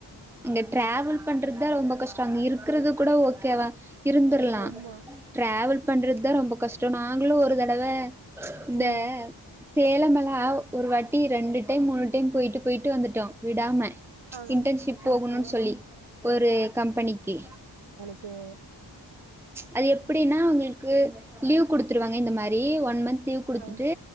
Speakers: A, in the centre; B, on the right.
A: இங்க ட்ிராவல் பண்ற <unintelligible> ஸ்ட்ராங் இருக்கிறது கூட ஓகே ஓகேவா இருந்துரலாம்
B: ஆமா
A: ட்ிரவல் பண்றது தான் ரொம்ப கஷ்டம் நாங்களும் ஒரு தடவை இந்த
B: ம்
A: சேலமல ஒரு வாட்டி ரெண்டு டைம் மூணு டைம் போயிட்டு போயிட்டு வந்துட்டோம் விடாம
B: ஆ
A: இன்டர்ன்ஷிப் போகணும்னுு
B: ஓகே
A: சொல்லி ஒரு கம்பெனிக்கி
B: ஓகே
A: அது எப்டின்னா உங்களுக்கு லீவ் குடுத்துருவாங்க இந்த மாரி ஒன் மந்த் லீவு குடுத்துட்டு
B: ஆ